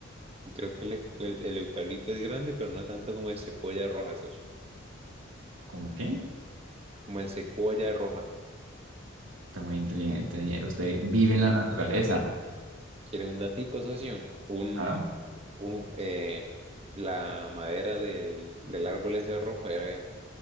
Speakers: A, on the right; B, on the right.
A: creo que el, el, el eucalipto es grande, pero no tanto como el secuoya roja, socio.
B: ¿Cómo qué?
A: como el secuoya roja.
B: Está muy inteligente, señor. Usted vive
A: Dios.
B: en la naturaleza.
A: ¿Quiere un datico, socio? Un,
B: ¿Ah? ¿En
A: un, eh, la madera del, del árbol ese rojo es